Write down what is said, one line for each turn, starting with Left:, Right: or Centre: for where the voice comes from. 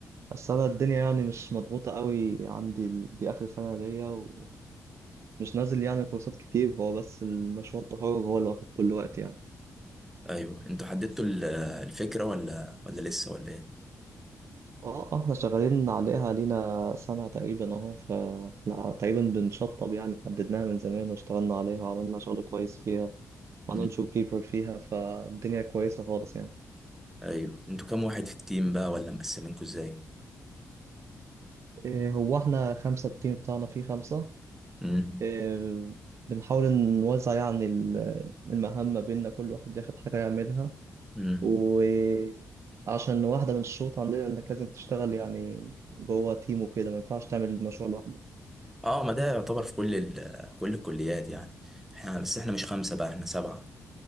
Right: بس انا الدنيا يعني مش مضغوطه قوي عندي ال- دي اخر سنه ليا ومش نازل يعني كورسات كتير هو بس المشروع التخرج هو اللي واخد كل وقت يعني
Centre: ايوه انتوا حددتوا ال- آه، الفكره ولا ولا لسه ولا ايه؟
Right: اه آه، احنا شغالين عليها لينا سنه تقريبا اهو ف لا، تقريبا بنشطب يعني حددناها من زمان واشتغلنا عليها وعملنا شغل كويس فيها وهننشر
Centre: مم.
Right: بيبر فيها فالدنيا كويسه خالص يعني
Centre: ايوه انتوا كام واحد في التيم بقى ولا مقسمينكوا ازاي؟
Right: إيه هو احنا خمسه التيم بتاعنا فيه خمسه
Centre: امم
Right: آه، بنحاول نوزع يعني ال- المهام ما بيننا كل واحد ياخد حاجة يعملها
Centre: امم
Right: وعشان واحدة من الشروط عندنا إنك لازم تشتغل يعني جوه تيم وكده ما ينفعش تعمل المشروع لوحدك
Centre: اه ما ده يعتبر في كل ال آه، كل الكليات يعني احنا بس احنا مش خمسه بقى احنا سبعه